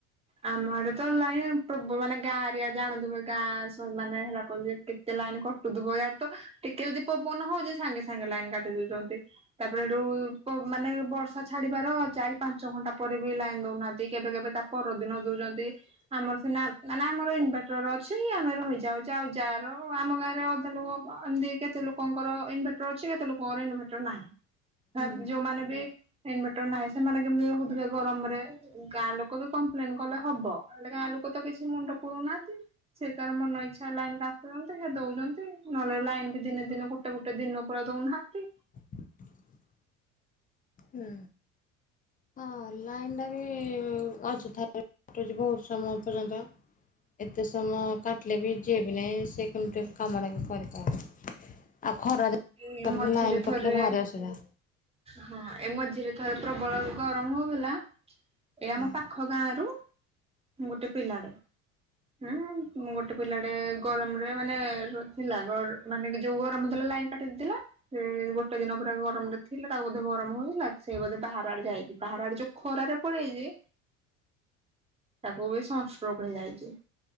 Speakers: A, on the right; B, on the left.
A: ଆମ ଆଡେ ତ ଲାଇନ ପ୍ରବ ମାନେ ଗାଁଏରିଆ ଜାଣୁଥିବେ ଗାଁ ମାନେ ହେରା କ ଣ ଜେ ପ୍ରିଟେ। ଲାଇନ କଟୁ ଥିବ ଇଆଡ଼େତ ଟିକେ ଯଦି ପବନ ହଉଛି ସାଙ୍ଗେ ସାଙ୍ଗେ ଲାଇନ କାଟି ଦଉଛନ୍ତି ତାପରେ ହେଠୁ ମାନେ ବର୍ଷା ଛାଡିବାର ଚାରି ପାଞ୍ଚ ଘଣ୍ଟା ପରେ ବି ଲାଇନ ଦଉନାହାନ୍ତି କେବେ କେବେ ତା ପର ଦିନ ଦଉଛନ୍ତି ଆମର ସିନା ମାନେ ଆମର ଇନଭଟର ଅଛି ଆମେ ରହିଯାଉଚୁ ଆଉ ଯାର ଆମ ଗାଁରେ ଅଅଧେ ଲୋକ ଏମତି କେତେ ଲୋକଙ୍କର ଇନଭଟର ଅଛି କେତେ ଲୋକଙ୍କର ଇନଭଟର ନାହିଁ। ହ
B: ହୁଁ
A: ଯୋଉମାନେ ବି ଇନଭଟର ନାହିଁ ସେମାନେ କେମିତି ରହୁଥିବେ ଗରମରେ ଗାଁ ଲୋକ ବି କପ୍ଲେନ କଲେ ହବ ହେଲେ ଆ ଲୋକ ତ କିଛି ମୁଣ୍ଡ ପୁରଉ ନାହାନ୍ତି ସେ ତାର ମନ ଇଛା ଲାଇନ କାଟୁ ସେ ଦଉଛନ୍ତି ନହେଲେ ଲାଇନ ବି ଦିନେ ଦିନେ ଗୋଟେ ଗୋଟେ ଦିନ ପୁରା ଦଉନାହାନ୍ତି।
B: <unintelligible> ହୁଁ। ହଁ ଲାଇନ ଟା ବି ଅଯଥାାରେ କଟୁଛି ବହୁତ ସମୟ ପର୍ଯ୍ୟନ୍ତ। ଏତେ ସମୟ କାଟିଲେ ବି ଯିଏବି ନାଇଁ ସିଏ କେମିତି କାମଟା ବି କରିପାରିବ। ଆଉ ଖରାଦିନେ
A: ଏ ମଝିରେ
B: ଲାଇନ୍
A: ଥରେ
B: କଟିଲେ ଭାରି ଅସୁବିଧା।
A: ହଁ ଏ ମଝିରେ ଥର ପ୍ରବଳ ଗରମ ହଉ ଥିଲା ଏଇ ଆମ
B: ହଁ।
A: ପାଖ ଗାଁ ରୁ ଗୋଟେ ପିଲାର ହୁଁ ଗୋଟେ ପିଲା ଏ ଗରମରେ ମାନେ ଥିଲା ଗ ମାନେ ଯୋଉ ଗରମଥିଲା ଲାଇନ କାଟି ଦେଇଥିଲା। ସେ ଗୋଟେ ଦିନ ପୁରା ଗରମରେ। ଥିଲା ତାକୁ ବୋଧେ ଗରମ ହଉଥିଲା ସେଇ ବୋଧେ ବାହାର ଆଡେ ଯାଇଛି ବାହାର ଆଡେ ଯୋଉ ଖରାରେ ପଳେଇଚି ତାକୁ ବି ସଂଷ୍ଟ୍ରୋକ ହେଇଯାଇଚି।